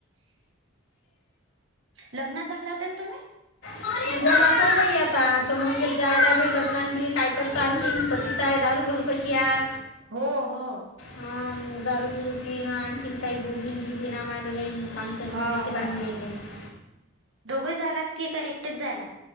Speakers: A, on the right; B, on the left.
A: लग्न चाललं होतं ना तुम्ही
B: तज जातो बाई आता तो मणजे जायला लग्नान दि काय करतो आणखीन त तिचा आहे दारू बनतो कशी हाय
A: हो हो
B: हा दारू बीरू पिन आणखिन काही बोलूनं गेली ना माले कामचा
A: हा
B: जीव घेते
A: हा
B: <unintelligible>
A: दोघे जायलात की का एकटेच जायला